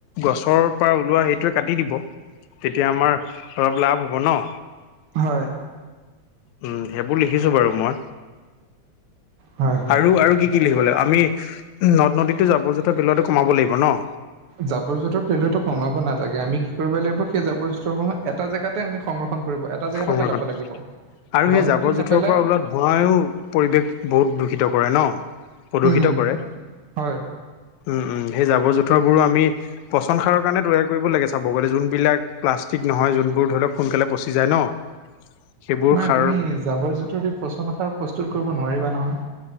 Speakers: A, on the left; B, on the right.
A: গছৰ পৰা ওলোৱা সেইটোৱে কাটি দিব, তেতিয়া আমাৰ অলপ লাভ হ'ব ন।
B: হয়।
A: উম্, সেইবোৰ লিখিছো বাৰু মই।
B: হয়, হয়,
A: আৰু আৰু কি কি লিখিব লাগিব। আমি নদ-নদীতো জাবৰ-জোথৰ পেলোৱাটো কমাব লাগিব ন।
B: জাবৰ-জোঁথৰ পেলোৱাতো কমাব নালাগে, আমি কি কৰিব লাগিব, সেই জাবৰ-জোঁথৰ সমূহ এটা জেগাতে আমি সংৰ ক্ষণ কৰিব এটা এটা জেগাতে
A: সংৰক্ষণ
B: পেলাব লাগিব।
A: আৰু
B: নদ
A: সেই জাবৰ-জোঁথৰৰ
B: নদীত নেপেলাই,
A: পৰা ওলোৱা ধোঁৱাইও, পৰিৱেশ বহুত দূষিত কৰে ন। প্ৰদূষিত
B: উম।
A: কৰে।
B: হয়।
A: উম্, উম্। সেই জাবৰ-জোঁথৰবোৰো আমি পচন সাৰৰ কাৰণে তৈয়াৰ কৰিব লাগে চাব গ'লে। যোনবিলাক প্লাষ্টিক নহয়, যোনবোৰ ধৰি লক সোনকালে প যায় ন সেইবোৰ
B: মানে
A: সাৰ
B: তুমি, জাবৰ-জোঁথৰ দি পচন সাৰ প্ৰস্তুত কৰিব নোৱাৰিবা নহয়।